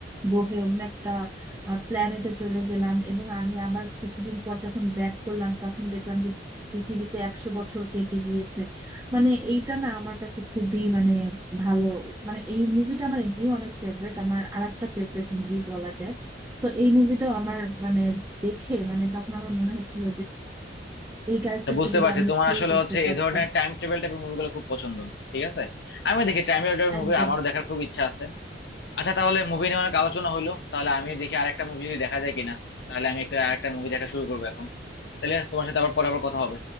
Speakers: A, on the right; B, on the left.
A: গ্রহে অন্য একটা প্ল্যানেটে চলে গেলাম এবং আমি আবার কিছুদিন পর যখন ব্যাক করলাম তখন দেখলাম যে পৃথিবীতে একশো বছর কেটে গিয়েছে মানে এইটা না আমার কাছে খুবই মানে ভালো মানে এই মুভিটা আমার এমনিও অনেক ফেভারিট আমার আরেকটা ফেভারিট মুভি বলা যায় তো এই মুভিটাও আমার মানে দেখে মানে তখন আমার মনে হচ্ছিল এই ক্যারেক্টারটা
B: তো বুঝতে
A: যদি
B: পারছি
A: আমি
B: তোমার
A: প্লে
B: আসলে
A: করতে
B: হচ্ছে
A: পারতাম
B: এ ধরনের টাইম ট্রাভেল টাইপের মুভিগুলো খুব পছন্দ ঠিক আছে আমি দেখি টাইম ট্রাভেল মুভি
A: একদম
B: আমারও দেখার খুব ইচ্ছা আছে আচ্ছা তাহলে মুভি নিয়ে অনেক আলোচনা হলো তাহলে আমি দেখি আরেকটা মুভি যদি দেখা যায় কিনা তাহলে আমি একটা আরেকটা মুভি দেখা শুরু করবো এখন তাহলে তোমার সাথে আবার পরে আবার কথা হবে